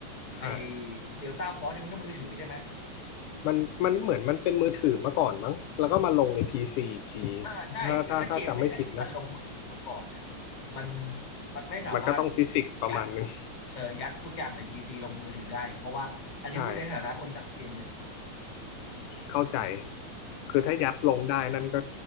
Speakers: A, on the left; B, on the left.
A: ใช่
B: ไอเดลต้าฟอร์สนี่ยมันก็มือถือใช่ไหม
A: มันมันเหมือนมันเป็นมือถือมาก่อนมั้งแล้วก็มาลงใน PC อีกที
B: อ่าใช่คือถ้าเกมใดๆที่มันลงมือถือมาก่อนเนี่ย
A: ถ้าถ้าถ้าจำไม่ผิดนะ
B: มันมันไม่สามารถ
A: มันก็ต้องฟิสิกส์ประมาณนึง
B: ยัดเออยัดทุกอย่างในพีซีลงมือถือได้เพราะว่าอันนี้พูดในฐานะคนทำเกมเลย
A: ใช่เข้าใจคือถ้ายัดลงได้นั่นก็